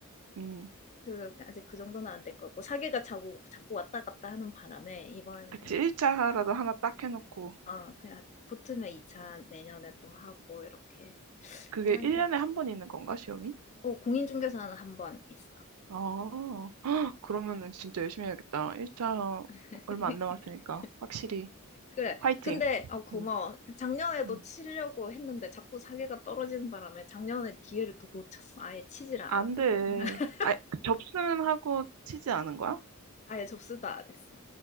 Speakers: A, on the right; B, on the left.
A: 응.
B: 그 아직 그 정도는 안 될 거고 사기가 자꾸 자꾸 왔다 갔다 하는 바람에 이번에는
A: 그치,
B: 그냥
A: 1차라도 하나 딱 해놓고.
B: 어, 그냥 붙으면 2차 내년에 또 하고 이렇게
A: 그게
B: 하는
A: 1년에
B: 게.
A: 한 번 있는 건가, 시험이?
B: 어, 공인중개사는 한 번 있어.
A: 아, 헉, 그러면은 진짜 열심히 해야겠다. 1차
B: <laughs>
A: 얼마 안 남았으니까, 확실히.
B: 그래.
A: 화이팅!
B: 근데 어, 고마워.
A: 응,
B: 작년에도
A: 응.
B: 치려고 했는데 자꾸 사기가 떨어지는 바람에 작년에 기회를 또 놓쳤어. 아예 치질 않았거든.
A: 안 돼.
B: <laughs>
A: 아, 접수는 하고 치지 않은 거야?
B: 아예 접수도 안 했어.